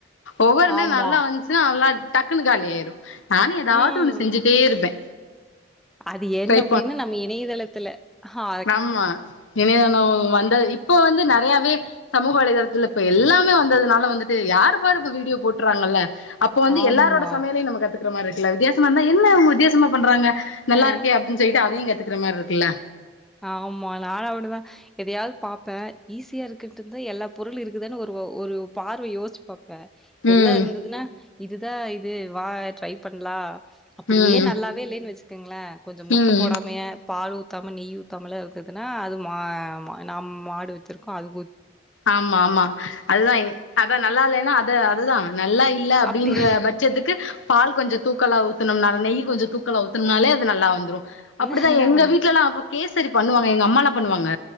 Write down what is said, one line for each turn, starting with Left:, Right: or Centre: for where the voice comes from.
Left: ஒவ்வொருன்ன
Centre: ஆமா
Left: நல்லா வந்ச்சுனா நல்லாக் டக்குனு காலி ஆய்ரு நானு எதாவ்து
Centre: ம்
Left: ஒன்னு செஞ்சிட்டே இருப்பே
Centre: அது என்ன
Left: ட்ரை
Centre: அப்டின்னா நம்ம இணையதளத்துல ஹா
Left: ஆம்மா இனைதனோ வந்த இப்போ வந்து நறையாவே சமூக வலைதளத்துல இப்ப எல்லா வந்ததுனால வந்துட்டு யாரு பாரு இப்ப வீடியோ போட்டுறாங்கல்ல அப்ப வந்து
Centre: ஆமா
Left: எல்லாரோட சமையலையு நம்ம கத்துக் மாரி இருக்குல வித்தியசமாருந்தா என்ன இவுங்க வித்தியாசமா பண்றாங்க நல்லாருக்கே
Centre: அ
Left: அப்டின் சொல்ட்டு அதையு கத்து ற மாரிருக்குல்ல
Centre: ஆமா நானு அப்டிதா எதையாது பாப்பே ஈஸியாருக்கன்ட்டுந்தா எல்லா பொருளு இருக்குதான் ஒரு ஒரு பார்வ யோசிச்சு பாப்பே ப்ப
Left: ம்
Centre: எல்லா இருந்ததுன்னா இதுதா இது இது வா ட்ரை பண்லா அப்டியே
Left: ம்
Centre: நல்லாவே இல்லனு வச்சுக்குங்கள கொஞ்ச முட்ட
Left: ம்
Centre: போடாமயே பால் தாமன நெய் <unintelligible> ருக்குதுனா அது மா நம் மாடு வச்சிருக்கோ அது
Left: ஆமா ஆமா அதுதா அதா நல்லா இல்லைனா அது அதுதா நல்லா இல்ல அப்டின்ற
Centre: அப்படியா
Left: பட்சத்துக்கு பால் கொஞ்ச தூக்கலா ஊத்தணும்னா நெய் கொஞ்ச தூக்கலா ஊத்தணனாலே அது நல்லா வந்துரு அப்டிதா
Centre: நல்லா
Left: எங்க
Centre: வந்துச்சு.
Left: வீட்லலா அப்ப கேஸ் சரி பண்ணுவாங்க எங்க அம்மா என்ன பண்ணுவாங்க